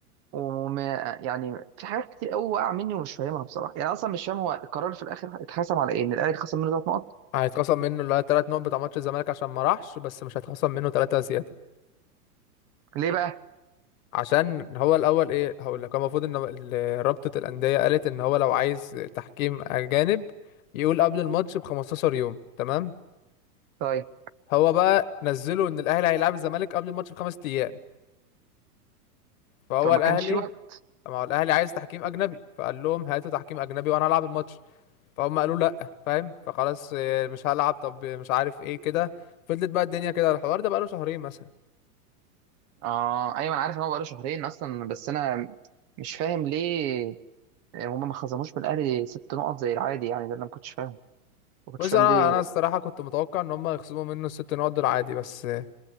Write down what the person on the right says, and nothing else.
وما يعني في حاجات كتير قوي واقعه مني ومش فاهمها بصراحه يعني اصلا مش فاهم هو القرار في الاخر اتحسم على ايه ان الاهلي خسر منه ثلاث نقط
ليه بقى
طيب
فما
كانش في وقت
اه ايوه انا عارف ان هو بقاله شهرين اصلا بس انا مش فاهم ليه هما ما خصموش من الاهلي ست نقط زي العادي يعني ده اللي انا ما كنتش فاهم ما كنتش
فاهم
ليه